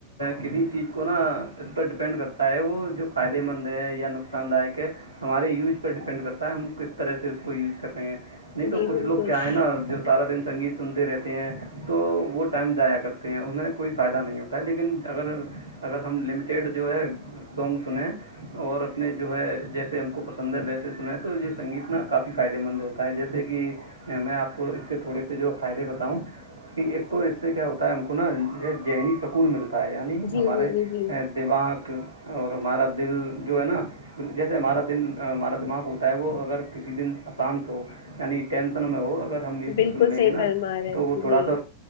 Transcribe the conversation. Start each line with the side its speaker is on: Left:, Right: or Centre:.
Right: کسی چیز کو نا اس پر ڈپینڈ کرتا ہے وہ جو فائدے مند ہے یا نقصان دایک ہے ہمارے یوج پر ڈیپینڈ کرتا ہے ہم کس طرح سے اس کو یوج کر رہے ہیں نہیں تو
Left: جی
Right: کچھ
Left: بالکل
Right: لوگ کیا ہے نا جو سارا دن سنگیت سنتے رہتے ہیں تو وہ ٹائم جایا کرتے ہیں انہیں کوئی فائدہ نہیں ہوتا ہے لیکن اگر اگر ہم لمیٹیڈ جو ہے سانگ سن اور اپنے جو ہے جیسے ہم کو پسند ہے ویسے سنا تو یہ سنگیت ن کافی فائدے مند ہوتا ہے جیسے جیس سے کہ میں آپ کو اس کے تھوڑے سے جو فائدے بتاؤں کہ ایک تو اس سے کیا ہوتا ہے ہم کو نا یہ ذہنی سکون ملتا ہے یعنی
Left: جی
Right: ہمارے
Left: جی جی جی
Right: دماغ اور ہمارا دل جو ہے نا جیسے ہمارا دن ہمارا دماغ ہوتا ہے وہ اگر کسی دن آانت ہو یعنی ٹینسن میں ہو اگر ہم میوزک
Left: بالکل
Right: سن لیں
Left: صحیح
Right: گے نا
Left: فرما رہے ہیں
Right: تو وہ تھوڑا
Left: جی
Right: سا